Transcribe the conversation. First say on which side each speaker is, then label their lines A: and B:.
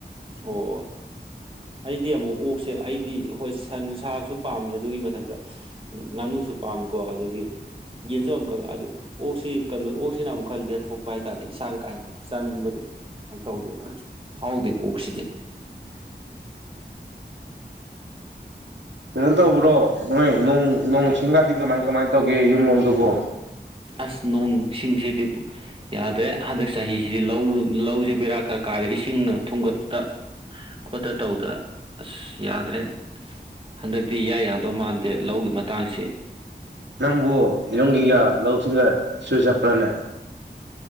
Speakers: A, on the right (about 30°); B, on the right (about 80°).
A: ꯑꯣ ꯑꯩꯗꯤ ꯑꯃꯨꯛ ꯑꯣꯛꯁꯦ ꯑꯩꯗꯤ ꯍꯣꯏ ꯁꯟ ꯁꯥꯁꯨ ꯄꯥꯝꯃꯤ ꯑꯗꯨꯒꯤ ꯃꯊꯛꯇ ꯉꯥꯅꯨꯁꯨ ꯄꯥꯝꯃꯤꯀꯣ ꯑꯗꯨꯗꯒꯤ ꯌꯦꯟꯁꯨ ꯑꯃꯨꯛꯀꯛ ꯑꯗꯨ ꯑꯣꯛꯁꯤ ꯀꯩꯅꯣ ꯑꯣꯛꯁꯤꯅ ꯑꯃꯨꯛ ꯈꯔ ꯂꯦꯠꯊꯣꯛꯄ ꯍꯥꯏꯇꯥꯥꯔꯗꯤ ꯏꯁꯥꯗ ꯀꯥꯏ ꯆꯥꯅꯤꯡꯕꯗꯣ ꯇꯧꯗꯦꯕ ꯍꯥꯎꯗꯦ ꯑꯣꯣꯛꯁꯤꯗꯤ
B: ꯍꯨꯡ ꯇ ꯄꯨꯕ꯭ꯔꯣ ꯅꯣꯏ ꯅꯣꯡ ꯅꯣꯡ ꯁꯤꯡꯒꯗꯤ ꯀꯃꯥꯏ ꯀꯃꯥꯏꯅ ꯇꯧꯒꯦ ꯅꯟꯗꯕꯣ
A: ꯑꯁ ꯅꯣꯡꯁꯤꯡꯁꯤꯗꯤ ꯌꯥꯗ꯭ꯔꯦ ꯍꯟꯗꯛ ꯆꯍꯤꯁꯤꯗꯤ ꯂꯧ ꯂꯧꯁꯤ ꯕꯦꯔꯥꯛ ꯈꯔ ꯀꯥꯗꯦ ꯏꯁꯤꯡꯅ ꯊꯨꯝꯒꯠꯇ ꯈꯠꯇ ꯇꯧꯗ ꯑꯁ ꯌꯥꯗ꯭ꯔꯦ ꯍꯟꯗꯛꯇꯤ ꯏꯌꯥ ꯌꯥꯗꯧ ꯃꯥꯟꯗꯦ ꯂꯧꯒꯤ ꯃꯇꯥꯡꯁꯤ
B: ꯅꯪꯕꯨ ꯌꯤꯒ ꯂ ꯂꯧꯁꯤ ꯁꯤ ꯁꯨꯏꯁꯄꯔꯅꯦꯦ